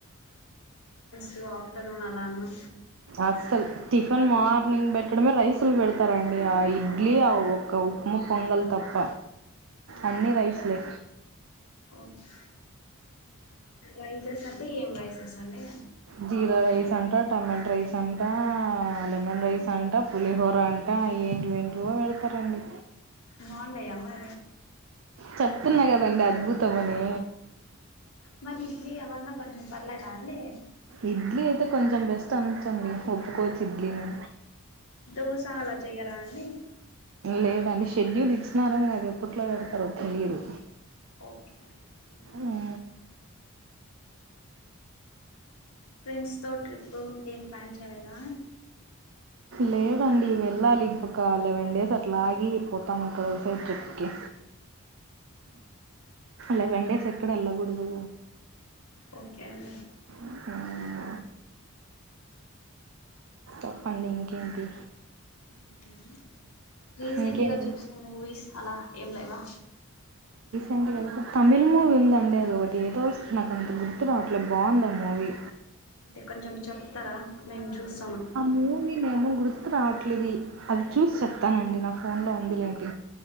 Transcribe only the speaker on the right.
అస్సల్ టిఫిన్ మార్నింగ్ పెట్టడమే రైసులు పెడతారండి, ఆ ఇడ్లీ, ఆ ఒక ఉప్మా, పొంగల్ తప్ప.
అన్నీ రైస్లే
జీరా రైస్ అంటా టమేట్ రైస్ అంటా ఆ లెమన్ రైస్ అంటా పులిహోర్ ఇప్పుడు అంట ఏంటి ఏంటివో వెడతారండి
చెప్తున్నా కదండి అద్భుతమని
ఇడ్లీ అయితే కొంచెం బెస్ అండి ఒప్పుకోవచ్చు ఇ డ్లీను
లేదండి షెడ్యూల్ ఇచ్చినార అది ఎప్పట్లో పెడతారో తెలీదు
అ
లేదండి వెళ్ళాలి ఇంకొక లెవెన్ డేస్ అట్లా ఆగి పోతాము ఎక్కడోసే ట్రిప్కి లెవెన్ డేస్ ఎక్కడ వెళ్ళకూడదు
మ్మ్. చెప్పండి ఇంకేంటి
ఇంకేంటి
అంటే గనుక తమిళ్ మూవీ ఉందండి అది ఒకటి ఏదో నాకు అంత గుర్తు రావట్లే బాగుంది ఆ మూవీ
ఆ మూవి నేము గుర్తురావ ట్లేది అది చూసి చెప్తానండి నా ఫోన్లో ఉందిలేండి